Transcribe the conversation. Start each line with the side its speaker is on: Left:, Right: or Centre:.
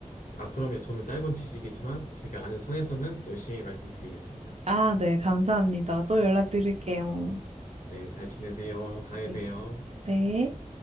Left: 아, 그러면 저는 짧은 지식이지만 제가 아는 선에서는 열심히 말씀드리겠습니다.
Right: 아, 네, 감사합니다. 또 연락드릴게요.
Left: 네, 잘 지내세요. 다음에
Right: 네,
Left: 봬요.
Right: 네.